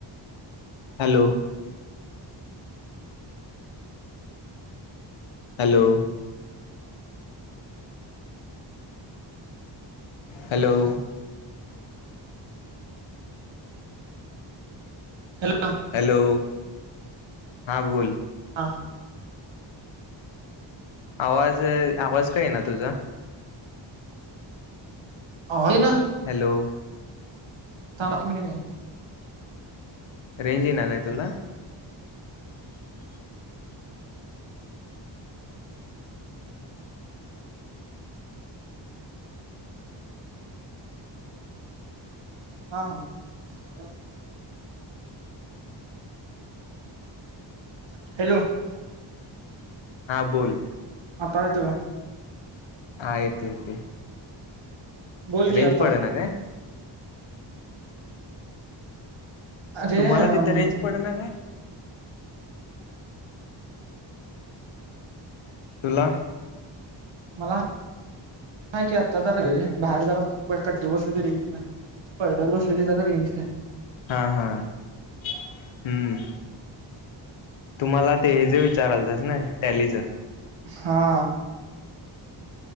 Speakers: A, on the left; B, on the right.
A: <inaudible> Hello, hello, hello,
B: hello
A: hello हा बोल,
B: हा
A: आवाज आवाज का येना तुझा
B: ह होना,
A: हॅलो,
B: नाकी मम,
A: रेंज यीना काय तुला
B: हा, <unintelligible> <inaudible> हॅलो,
A: हा बोल,
B: पायत का?
A: हा येतो-यतो.
B: बोल की
A: रेंज
B: आता
A: पडे ना काय?
B: अरे
A: तुम्हाला तिथं
B: अम
A: रेंज पड ना काय तुला,
B: म मा की आता ज बाहेर जरा कट्टी वसुली पळडल बसले की जरा रेन यीत्या
A: हा हा हम्म तुमला ते हेज विचारालतास नइ टॅलीचं
B: हा,